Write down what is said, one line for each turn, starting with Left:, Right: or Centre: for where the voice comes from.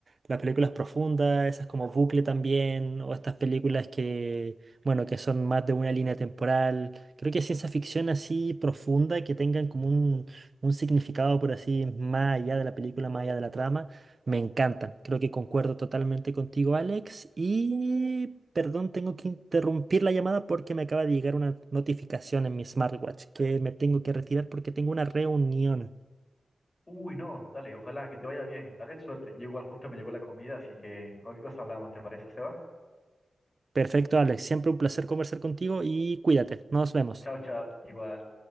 Right: Las películas profundas, esas como Bucle también, o estas películas que, bueno, que son más de una línea temporal. Creo que ciencia ficción así profunda, que tengan como un, un significado por así, más allá de la película, más allá de la trama. Me encantan. Creo que concuerdo totalmente contigo, Alex. Y perdón, tengo que interrumpir la llamada porque me acaba de llegar una notificación en mi smartwatch que me tengo que retirar porque tengo una reunión.
Left: Uy, no, dale, ojalá que te vaya bien. Dale, suerte. Yo igual justo me llegó la comida, así que cualquier cosa hablamos, ¿te parece, Seba?
Right: Perfecto, Alex. Siempre un placer conversar contigo y cuídate. Nos vemos.
Left: Chao, chao. Igual.